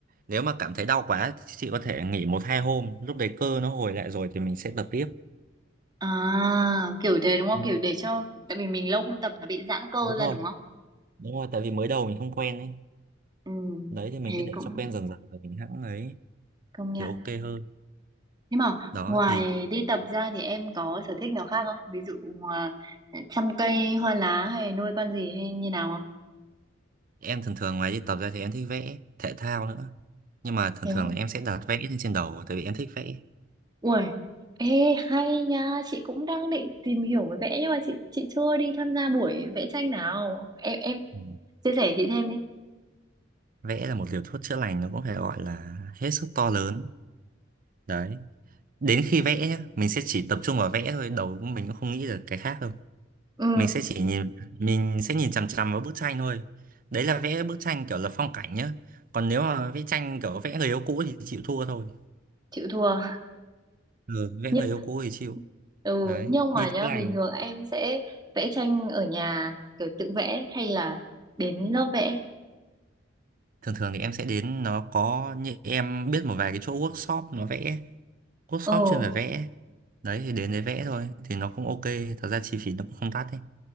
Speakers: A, on the right; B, on the right.
A: nếu mà cảm thấy đau quá thì chị có thể nghỉ một hai hôm lúc đấy cơ nó hồi lại rồi thì mình sẽ tập tiếp
B: à kiểu thế đúng không
A: Ừ,
B: kiểu để cho tại vì mình lâu không tập nó bị giãn cơ
A: đúng
B: ra
A: rồi
B: đúng không
A: đúng rồi tại vì mới đầu mình không quen ấy
B: ừ,
A: đấy thì mình
B: thế
A: cứ để
B: cũng
A: cho quen dần dần rồi mình hãng ấy
B: công nhận
A: thì ok hơn
B: nhưng mà
A: Đó
B: ngoài
A: thì
B: đi tập ra thì em có sở thích nào khác không ví dụ à, chăm cây hoa lá hay nuôi con gì hay như nào không
A: em thường thường ngoài đi tập ra thì em thích vẽ thể thao nữa. Nhưng mà thường
B: thế
A: thường
B: á?
A: là em sẽ đặt vẽ lên trên đầu tại vì em thích vẽ.
B: ui ê hay nha chị cũng đang định tìm hiểu về vẽ nhưng mà chị chị chưa đi tham gia buổi vẽ tranh nào em em
A: Ừ.
B: chia sẻ chị thêm đi
A: Vẽ là một liều thuốc chữa lành nó cũng phải gọi là hết sức to lớn. Đấy. Đến khi vẽ nhá, mình sẽ chỉ tập trung vào vẽ thôi, đầu của mình cũng không nghĩ được cái khác đâu.
B: ừ
A: Mình sẽ chỉ nhìn mình sẽ nhìn chằm chằm vào bức tranh thôi. Đấy là vẽ bức tranh kiểu là phong cảnh nhá. Còn nếu mà vẽ tranh kiểu vẽ người yêu cũ thì chịu thua thôi.
B: chịu thua
A: Ừ, vẽ
B: nhưng
A: người yêu cũ thì chịu.
B: ừ
A: Đấy,
B: nhưng mà
A: đi
B: nhá
A: chữa lành
B: bình thường em sẽ vẽ tranh ở nhà kiểu tự vẽ hay là đến lớp vẽ
A: thường thường thì em sẽ đến nó có như em biết một vài cái chỗ workshop nó vẽ workshop
B: ừ
A: chuyên về vẽ đấy thì đến đấy vẽ thôi thì nó cũng ok thật ra chi phí nó cũng không đắt đấy